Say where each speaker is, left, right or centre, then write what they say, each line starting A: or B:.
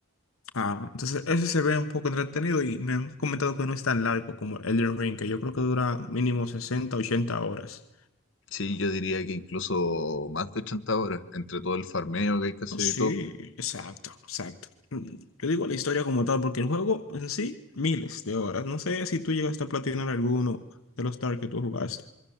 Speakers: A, on the left; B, on the left.
A: Ah, entonces ese se ve un poco entretenido y me han comentado que no es tan largo como Elden Ring, que yo creo que dura mínimo 60, ochenta horas.
B: Sí, yo diría que incluso más de 80 horas, entre todo el farmeo que hay que hacer
A: Oh, Sí,
B: y todo.
A: exacto, exacto. Mm, Yo digo la historia como tal, porque el juego en sí, miles de horas. No sé si tú llegaste a platinar alguno de los Dark que tú jugaste.